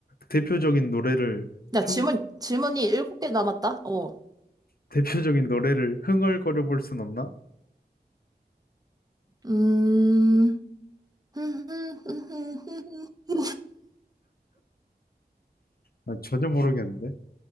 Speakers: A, on the left (about 60°); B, on the right (about 20°).
A: 대표적인 노래를, 흥,
B: 야, 질문, 질문이 일곱 개 남았다. 어.
A: 대표적인 노래를 흥얼거려 볼 순 없나?
B: 음, <laughs>
A: 아, 전혀 모르겠는데.